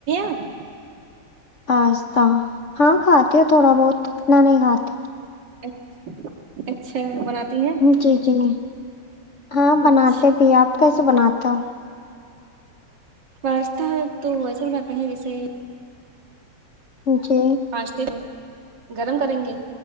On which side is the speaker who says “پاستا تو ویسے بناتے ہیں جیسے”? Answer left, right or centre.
Right